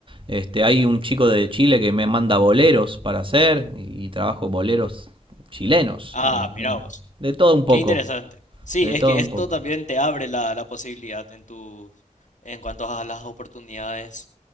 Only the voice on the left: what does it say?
Ah,
mira vos.
Qué interesante. Sí,
es
que
esto
también te abre la, la posibilidad en tus, en cuanto a las oportunidades